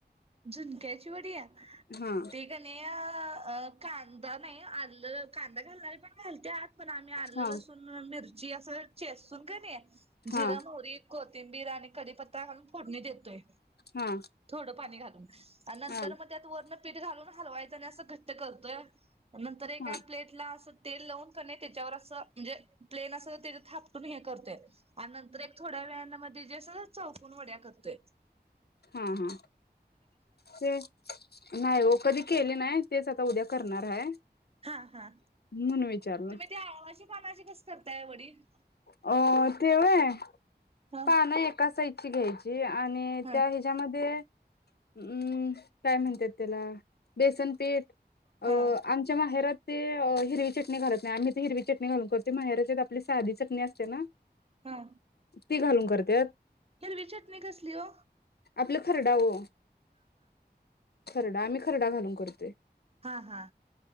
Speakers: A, on the right; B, on the left.
A: झुणक्याची वडीया
B: हा
A: ते कने या अ कांदा नाही आलं कांदा घालणारी पण घालते आत पण आम्ही आलं
B: हा
A: लसून मिर जी असं चेस्ून काणे
B: हा
A: जिराम हो र कोथिंबीर रा आणि कीपत्ता घाून फोडणी देतोय
B: हा
A: थोडं पाणी खा नंतर
B: हा
A: मग त्या वण पठ लून हलवायचं आणि असं घट्ट करतोय नंतर एका
B: हा
A: प्लेटला असं तेल लावून पणे त्याच्यावर असं म्हणजे प्लेन अस तर ते थापटून हे करते आणि नंतर एक थोड्या व्यायामध्ये जे अस चौकून वड्या करते
B: हा हा. ते नाही हो कधी केले नाही. तेच आता उद्या करणार आहे.
A: हा हा
B: म्हणून विचारलं
A: तुम्ही त्या आ पानाचे कस करताय वडील.
B: अ तेवय
A: हा
B: पान एका साइड कशी घ्यायची. आणि
A: हा
B: त्या हिच्यामध्ये. हम्म काय म्हणतात, त्याला बेसन पीठ. अ
A: हा
B: आमच्या माहेरात. ते हिरवी चटणी घालत नाही, आम्ही ते हिरवी चटणी घालून करते, माहेरच्यात आपली साधी. चटणी असते ना.
A: हा.
B: ती घालून करतात.
A: हिरवी चटणी कसली हो.
B: आपलं खरडावो. खरडा आम्ही खरडा घालून करते.
A: हा हा.